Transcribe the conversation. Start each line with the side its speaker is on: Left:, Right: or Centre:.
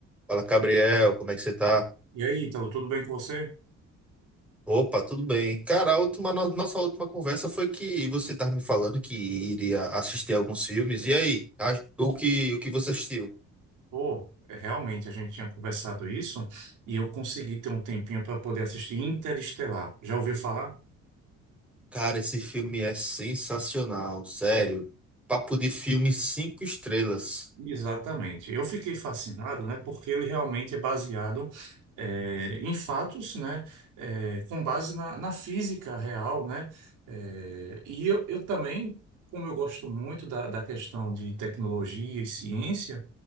Centre: Fala, Gabriel, como é que você tá?
Right: E aí, Ítalo, tudo bem com você?
Centre: Opa, tudo bem. Cara, a última, no- nossa última conversa foi que você estava me falando que iria assistir alguns filmes. E aí, a- o que, o que você assistiu?
Right: Pô, é, realmente a gente tinha conversado isso e eu consegui ter um tempinho para poder assistir Interestelar. Já ouviu falar?
Centre: Cara, esse filme é sensacional, sério. Papo de filme cinco estrelas.
Right: Exatamente. Eu fiquei fascinado, né? Porque ele realmente é baseado é, em fatos, né? é, com base na, na física real, né? É, e eu, eu também, como eu gosto muito da, da questão de tecnologia e ciência,